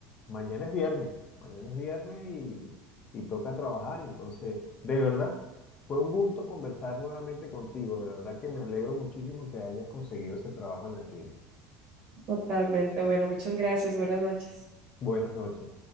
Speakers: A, on the left; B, on the right.
A: mañana es viernes, mañana es viernes y, y toca trabajar. y Entonces, de verdad, fue un gusto conversar nuevamente contigo. De verdad que me alegro muchísimo que hayas conseguido ese trabajo en la clínica.
B: Totalmente, bueno, muchas gracias, buenas noches.
A: Buenas noches.